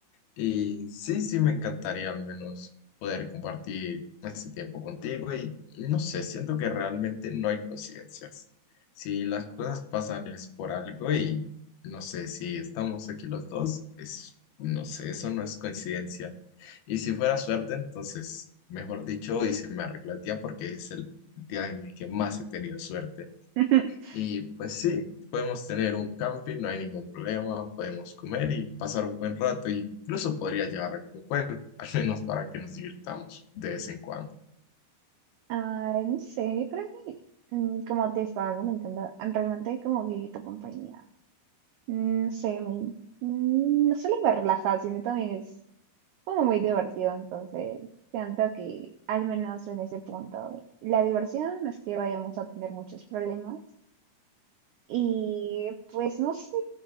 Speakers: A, on the left (about 80°); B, on the right (about 85°).
A: Y sí, sí, me encantaría al menos poder compartir este tiempo contigo y no sé, siento que realmente no hay coincidencias. Si las cosas pasan es por algo y no sé, si estamos aquí los dos, es, no sé, eso no es coincidencia. Y si fuera suerte, entonces, mejor dicho, hoy se me arregla el día porque es el día en el que más he tenido suerte.
B: <laughs>
A: Y pues sí, podemos tener un camping, no hay ningún problema, podemos comer y pasar un buen rato, y incluso podría llevar algún juego, <laughs> al menos para que nos divirtamos de vez en cuando.
B: Ay, no sé, yo creo que mm, como te estaba comentando, realmente como que tu compañía, mm, no sé, me- mm, no solo me relaja, sino también es como muy divertido, entonces siento que al menos en ese punto, la diversión no es que vayamos a tener muchos problemas y pues no sé,